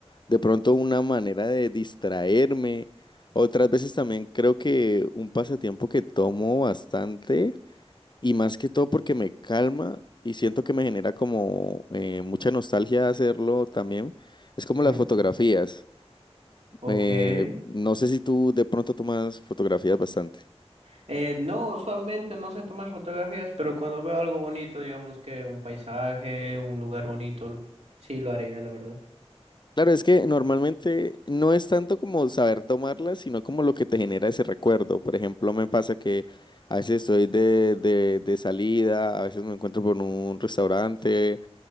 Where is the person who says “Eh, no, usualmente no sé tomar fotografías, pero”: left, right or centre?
Right